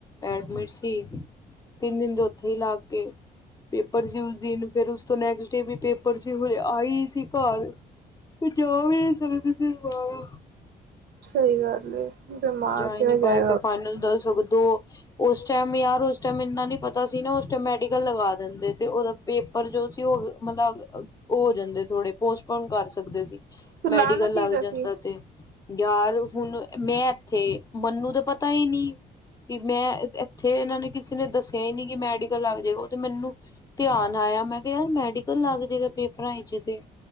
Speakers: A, on the left (about 20°); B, on the right (about 65°).
A: ਐਡਮਿਟ ਸੀ, ਤਿੰਨ ਦਿਨ ਦੇ ਉੱਥੇ ਹੀ ਲਾਗ ਗਏ। ਪੇਪਰ ਸੀ ਉਸ ਦਿਨ, ਫਿਰ ਉਸ ਤੋਂ ਨੈਕਸਟ ਡੇ ਵੀ ਪੇਪਰ ਸੀ, ਹਜੇ ਆਈ ਸੀ ਘਰ। ਜਾ ਵੀ ਨੀ ਸਕਦੀ ਸੀ ਬਾਹਰ।
B: ਸਹੀ ਗੱਲ ਏ ਦਿਮਾਗ
A: ਜਾ ਹੀ
B: ਕਿਵੇਂ
A: ਨਹੀਂ
B: ਜਾਏਗਾ
A: ਪਾਈ ਫੇਰ ਫਾਈਨਲ ਦਾ ਸਗੋ ਦੋ ਉਸ ਟਾਈਮ, ਯਾਰ, ਉਸ ਟਾਈਮ ਇੰਨਾ ਨੀ ਪਤਾ ਸੀ ਨਾ, ਉਸ ਟਾਈਮ ਮੈਡੀਕਲ ਲਗਾ ਦਿੰਦੇ ਤੇ ਉਹਦਾ ਪੇਪਰ ਜੋ ਸੀ ਉਹ, ਮਤਲਬ ਓ ਹੋ ਜਾਂਦੇ, ਥੋੜੇ ਪੋਸਟਪੋਨ ਕਰ ਸਕਦੇ ਸੀ।
B: ਤੇ
A: ਮੈਡੀਕਲ
B: ਲਾਣਾ ਚਾਹੀਦਾ
A: ਲੱਗ ਜਾਂਦਾ
B: ਸੀ
A: ਤੇ। ਯਾਰ ਹੁਣ ਮੈਂ ਇੱਥੇ ਮੈਨੂੰ ਤਾਂ ਪਤਾ ਹੀ ਨਹੀ ਵੀ ਮੈਂ ਇੱਥੇ ਇਹਨਾਂ ਨੇ ਕਿਸੇ ਨੇ ਦੱਸਿਆ ਹੀ ਨਹੀ ਕਿ ਮੈਡੀਕਲ ਲੱਗ ਜੇਗਾ, ਉਹ ਤੇ ਮੈਨੂੰ ਧਿਆਨ ਆਇਆ, ਮੈਂ ਕਿਹਾ, ਯਾਰ ਮੈਡੀਕਲ ਲੱਗ ਜੇਗਾ ਪੇਪਰਾਂ 'ਚ ਤੇ